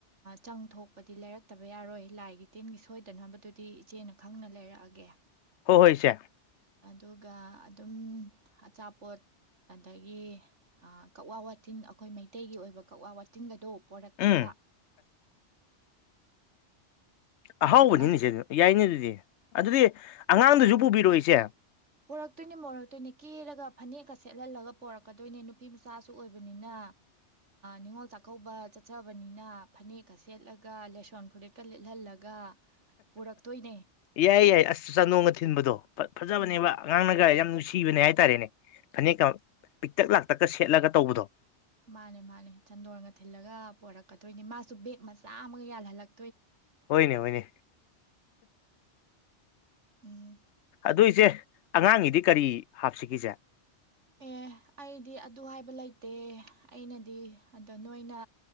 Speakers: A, on the right; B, on the left.
A: ꯆꯪ ꯊꯣꯛꯄꯗꯤ ꯂꯩꯔꯛꯇꯕ ꯌꯥꯔꯣꯏ ꯂꯥꯏꯒꯤ ꯇꯤꯟꯒꯤ ꯁꯣꯏꯗꯅꯕꯗꯨꯗꯤ ꯏꯆꯦꯅ ꯈꯪꯅ ꯂꯩꯔꯛꯑꯒꯦ
B: ꯁꯦ
A: ꯑꯗꯨꯒ ꯑꯗꯨꯝ ꯑꯆꯥꯄꯣꯠ ꯑꯗꯒꯤ ꯀꯛꯋꯥ ꯋꯥꯇꯤꯟ ꯑꯩꯈꯣꯏ ꯃꯩꯇꯩꯒꯤ ꯑꯣꯏꯕ ꯀꯛꯋꯥ ꯋꯥꯇꯤꯟꯒꯗ ꯄꯣꯔꯛꯀꯦꯕ
B: ꯎꯝ ꯑꯍꯥꯎꯕꯅꯤꯅꯦꯁꯦ
A: ꯌꯥꯏꯗꯅ
B: ꯌꯥꯏꯅꯦ ꯑꯗꯨꯗꯤ ꯑꯗꯨꯗꯤ ꯑꯉꯥꯡꯗꯨꯁꯨ ꯄꯨꯕꯤ ꯁꯦ
A: ꯄꯣꯔꯛꯇꯣꯏꯅꯤ ꯄꯣꯔꯛꯇꯣꯏꯅꯤ ꯀꯦꯔꯒ ꯐꯅꯦꯛꯀ ꯁꯦꯠꯍꯜꯂꯒ ꯄꯣꯔꯛꯀꯗꯣꯏꯅꯦ ꯅꯨꯄꯤ ꯃꯆꯥꯁꯨ ꯑꯣꯏꯕꯅꯤꯅ ꯅꯤꯉꯣꯜ ꯆꯥꯛꯀꯧꯕ ꯆꯠꯆꯕꯅꯤꯅ ꯐꯅꯦꯛꯀ ꯁꯦꯠꯂꯒ ꯂꯦꯁꯣꯟ ꯐꯨꯔꯤꯠꯀ ꯂꯤꯠꯍꯜꯂꯒ ꯄꯨꯔꯛꯇꯣꯏꯅꯦ
B: ꯌꯥꯏ ꯌꯥꯏ ꯑꯁ ꯆꯥꯅꯣꯡꯅ ꯊꯤꯟꯕꯗꯣ ꯐꯖꯕꯅꯦꯕ
A: ꯎꯝ
B: ꯑꯉꯥꯡꯅꯒ ꯌꯥꯝ ꯅꯨꯡꯁꯤꯕꯅꯦ ꯍꯥꯏꯇꯥꯔꯦꯅꯦ ꯐꯅꯦꯛꯀ ꯄꯤꯛꯇꯛ ꯂꯥꯛꯇꯛꯀ ꯁꯦꯠꯂꯒ ꯇꯧꯕꯗꯣ
A: ꯃꯥꯅꯦ ꯃꯥꯅꯦ ꯆꯟꯗꯣꯟꯒ ꯊꯤꯜꯂꯒ ꯄꯔꯛꯀꯗꯣꯏꯅꯦ ꯃꯥꯁꯨ ꯕꯦꯦꯛ ꯃꯆꯥ ꯑꯃꯒ ꯌꯥꯜꯍꯜꯂꯛ
B: ꯑꯣꯏꯣꯏꯅꯦ ꯑꯣꯏꯣꯏꯅꯦ
A: ꯎꯝ
B: ꯑꯗꯨꯏꯁꯦ ꯑꯉꯥꯡꯒꯤꯗꯤ ꯀꯔꯤ ꯍꯥꯞꯁꯤꯒꯁꯦ
A: ꯑꯦ ꯑꯩꯗꯤ ꯑꯗꯨ ꯍꯥꯏꯕ ꯂꯩꯇꯦ ꯑꯩꯅꯗꯤ ꯑꯗꯣ ꯅꯣꯏꯅ